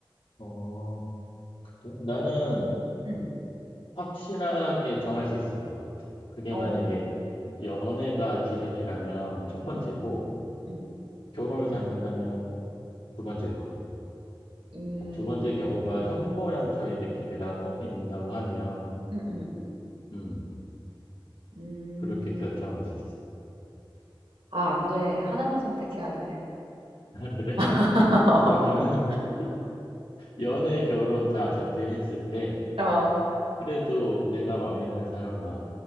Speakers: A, on the left; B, on the right.
A: 어, 그래? 나는
B: 음.
A: 확실하게 정할 수 있을 것 같아. 그게
B: 어.
A: 만약에 연애가 기준이라면 첫 번째고,
B: 음음. 음.
A: 결혼을 생각한다면 두 번째일 것 같아.
B: 음.
A: 그러니까 두 번째 경우가 현모양처의 느낌이라고, 인다고 하면,
B: 음음. 음.
A: 음,
B: 음.
A: 그렇게 결정할
B: 음.
A: 수 있어.
B: 아안 돼. 하나만 선택해야 돼.
A: 그래?
B: <laughs>
A: 그러면은 <laughs> 연애, 결혼 다 전제했을 때
B: 어.
A: 그래도 내가 마음에 드는 사람과